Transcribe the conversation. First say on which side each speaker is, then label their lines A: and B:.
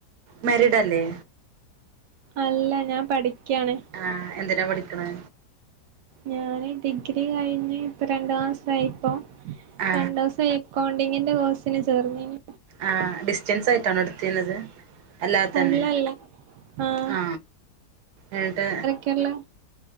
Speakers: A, on the right (about 70°); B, on the right (about 85°).
A: മാരീഡ് അല്ലേ?
B: അല്ല ഞാൻ പഠിക്യാണ്
A: ആഹ് എന്തിനാ പഠിക്കണേ?
B: ഞാന് ഡിഗ്രി കഴിഞ് ഇപ്പ രണ്ട്മാസയിപ്പോ
A: ആ
B: രണ്ടുസ ക്കൗണ്ടിങ്ങിന്റെ കോഴ്സിന് ചേർന്നീനി
A: ആഹ് ഡിസ്റ്റൻസ് ആയിട്ടണൊ ഇട്ത്തിനത് എല്ലാത്തന്നെ
B: അല്ലല്ല ആഹ്
A: ആ എന്നിട്ട്
B: ക്കർലാ